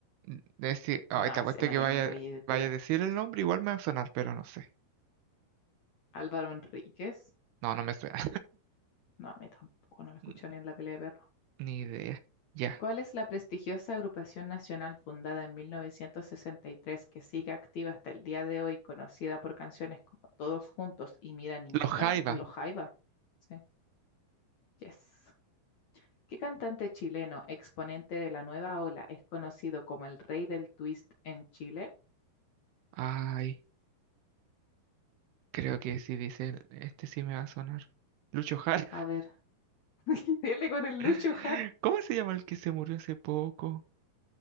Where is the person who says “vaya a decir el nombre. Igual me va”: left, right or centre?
Right